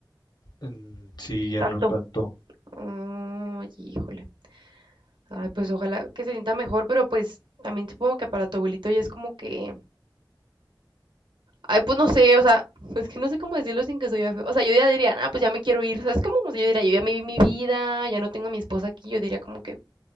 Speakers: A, on the left; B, on the right.
A: Mm, Sí, ya
B: tanto.
A: no tanto.
B: Ay, híjole. Ay, pues ojalá que se sienta mejor, pero pues también supongo que para tu abuelito ya es como que. Ay, pues no sé, o sea, <laughs> es que no sé cómo decirlo sin que soy feo. O sea, yo ya diría, ah, pues ya me quiero ir, ¿sabes? Como, o sea, yo diría, yo ya me vi mi vida, ya no tengo a mi esposa aquí, yo diría como que